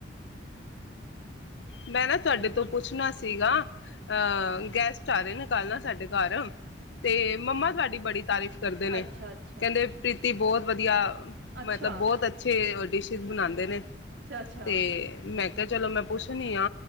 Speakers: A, on the left; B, on the right.
A: ਮੈਂ ਨਾ ਤੁਹਾਡੇ ਤੋ ਪੁੱਛਣਾ ਸੀਗਾ ਅ ਗੈਸਟ ਆ ਰਹੇ ਨੇ ਕੱਲ ਨਾ ਸਾਡੇ ਘਰ ਤੇ ਮਮਾ ਤੁਹਾਡੀ ਬੜੀ ਤਾਰਿਫ ਕਰਦੇ ਨੇ
B: ਅੱਛਾ ਅੱਛਾ
A: ਕਹਿੰਦੇ ਪ੍ਰੀਤੀ ਬੋਤ ਵਧੀਆ।
B: ਅੱਛਾ
A: ਮਤਲਬ ਬੌਤ ਅੱਛੇ ਡਿਸਿ਼ਸ਼ ਬਣਾਂਦੇ ਨੇ।
B: ਅੱਛਾ ਅੱਛਾ
A: ਤੇ ਮੈ ਮੈਂ ਚਲੋ ਮੈਂ ਪੁੱਛ ਪੁੱਛਣੀ ਆ